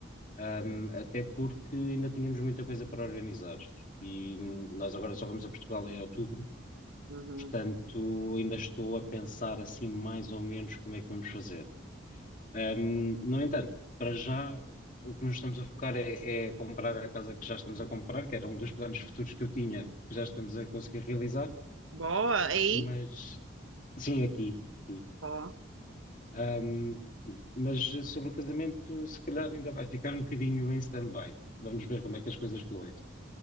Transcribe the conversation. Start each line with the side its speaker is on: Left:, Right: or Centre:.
Left: Um, até porque ainda tínhamos muita coisa para organizar e hum, nós agora só vamos a Portugal em outubro,
Right: Uhum.
Left: portanto, ainda estou a pensar assim mais ou menos como é que vamos fazer. Um, no entanto, para já o que nos estamos a focar é, é comprar a casa que já estamos a comprar, que era um dos planos futuros que eu tinha, que já estamos a conseguir realizar,
Right: Boa, aí?
Left: mas Sim, aqui, aqui.
Right: Boa.
Left: Ahm, mas sobre o casamento, se calhar ainda vai ficar um bocadinho em stand-by. Vamos ver como é que as coisas fluem.